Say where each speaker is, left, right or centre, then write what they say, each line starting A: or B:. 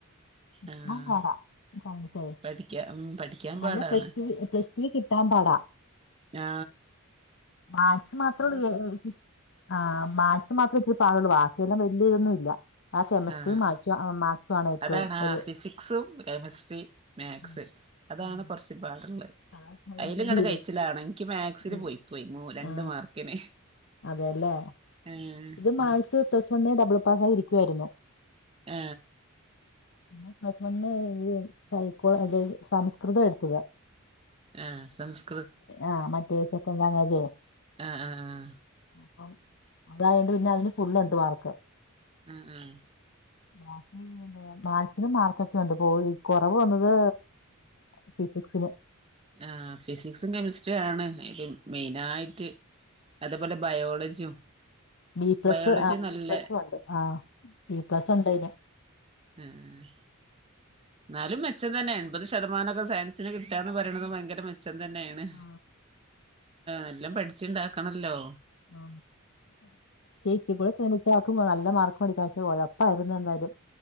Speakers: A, on the left (about 60°); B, on the right (about 25°).
A: <unintelligible>
B: ആഹ്
A: സൈൻസ്
B: പഠിക്കാ ഉം പഠിക്കാൻ
A: നല്ല
B: പാടാണ്
A: പ്ലസ് പ്ലസ് വി കിട്ടാൻ പാടാ
B: ആ
A: മാശ മാത്ര ഉള്ള ആ മാശ മാത്രം രി പാടുള്ളൂ ബാക്കിയെല്ലാം വലിയതന്നും ഇല്ല ആ കെമിസ്ട്രിയും
B: ആഹ്
A: മാ മാത്സു ആണ് ഏറ്റവും
B: അതാണ് ആ
A: ഒരു
B: ഫിസിക്സും കെമിസ്ട്രി മാത്സിക്സ്
A: ഉം,
B: അതാണ്
A: ഉം.
B: കുറച്ച് പാടുള്ളത്
A: അതാ സയൻസിന്റെ
B: അയലും ഇങ്ങടെ
A: ഇതും
B: കഴിച്ചിലണം എനിക്ക് മാത്സിില്
A: ഉം.
B: പോയി പോയി മ രണ്ടു
A: ആ
B: മാർക്കിന്
A: അതെല്ലേ
B: ഏഹ്
A: ഇത് മാഴസ് പ്ലസ് വന്ന് ഡബിൾ പാസ് ആയി ഇരിക്കുവായിരുന്നു
B: ആ
A: പിന്നെ പ്രസമന്ന് കൈക്കോള അത സംസ്കൃതം എടുത്തുക
B: ആഹ് സംസ്കൃ
A: ആ മറ്റേ സെക്കൻ ലങ്ങേജോ
B: ആഹ് ആഹ് ആഹ്
A: അപ്പം അതായണ്ട് പിന്നെ അതിന് ഫള്ണ്ട് വർക്ക്
B: ആഹ് ആഹ്
A: ബാക്കി മാസിനും മാർക്കൊക്കെ ഉണ്ട് പോഈ കുറവ് വന്നത് ഫി സിക്സിൽ
B: ആ ഫിസിക്സും കെമിസ്ട്രിയ ആണ് ഇ മെയിന ആായിട്ട് അതേപോലെ ബയോളജിയും
A: ബിപ്ലസ്
B: ബയോളജി
A: ആ ബിപ്ലസ
B: നല്ല
A: ഉണ്ട് ആ ബിപ്ലസ ഉണ്ട് അന്
B: ഉം എന്നാലും മെച്ചം തന്നെ എൺപത് ശതമാനൊക്കെ സയൻസിന് കിട്ടാന്ന് പറയണത് ഭയങ്കര മെ ച്ചം തന്നെയാണ്.
A: ആ,
B: നല്ലം പഠിച്ച്ണ്ടാക്കണല്ലോ
A: ആ ചേച്ചി കൂടെ ശ്രമിച്ചാക്കുമ്പോ നല്ല മാർക്ക് മേടിക്കാ പക്ഷെ ഒഴപ്പായിരുന്നു എന്തായാലും.